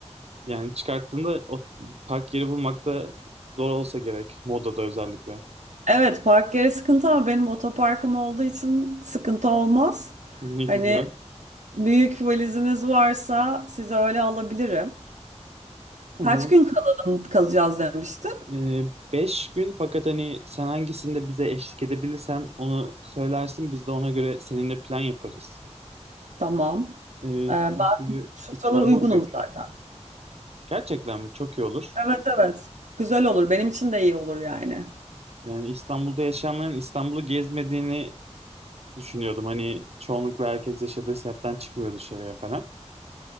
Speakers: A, on the right (about 60°); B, on the right (about 85°).
A: yani çıkarttığında o park yeri bulmakta zor olsa gerek. Moda'da özellikle.
B: Evet park yeri sıkıntı ama benim otoparkım olduğu için sıkıntı olmaz.
A: Ne
B: Hani
A: güzel.
B: büyük valiziniz varsa size öyle alabilirim.
A: Tamam.
B: Kaç gün kalalım, kalacağız demiştin.
A: Ee, beş gün fakat hani sen hangisinde bize eşlik edebilirsen onu söylersin biz de ona göre seninle plan yaparız.
B: Tamam.
A: Ee,
B: Ee, ben
A: çünkü
B: şu
A: İstanbul
B: sıralar uygunum
A: büyük.
B: zaten.
A: Gerçekten mi? Çok iyi olur.
B: Evet evet. Güzel olur. Benim için de iyi olur yani.
A: Yani İstanbul'da yaşayanların İstanbul'u gezmediğini düşünüyordum. Hani çoğunlukla herkes yaşadığı semtten çıkmıyor dışarıya falan.